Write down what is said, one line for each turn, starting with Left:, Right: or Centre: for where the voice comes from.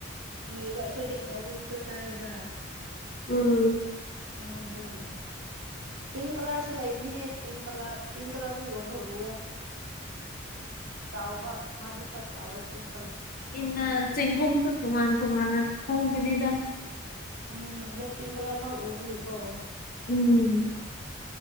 Right: ꯀꯤꯕ ꯑꯩꯈꯣꯏꯗꯤ ꯉꯧꯕ ꯉꯥꯛꯇ ꯆꯥꯏꯅ
Left: ꯎꯝ
Right: ꯎꯗꯒꯦ <inaudible> ꯄꯤꯡ ꯀꯂꯔꯁꯨ ꯂꯩꯕꯅꯦꯍꯦ ꯄꯤꯡ ꯀꯂꯔ ꯄꯤꯡ ꯀꯂꯔꯁꯨ ꯌꯣꯟꯕ ꯎꯋꯦ ꯆꯥꯎꯕ ꯃꯥꯗꯤ ꯈꯔ ꯆꯥꯎꯋꯦ ꯄꯤꯡꯒꯜ
Left: ꯅ ꯆꯦꯡꯒꯣꯁꯨ ꯇꯨ ꯃꯥꯅ ꯇ ꯃꯥꯟ ꯐꯣꯡꯅꯤꯗ
Right: ꯎꯝ ꯑꯗꯣ ꯄꯤꯡ ꯀꯂꯔ ꯐꯥꯎ ꯎꯀꯣ
Left: ꯎꯝ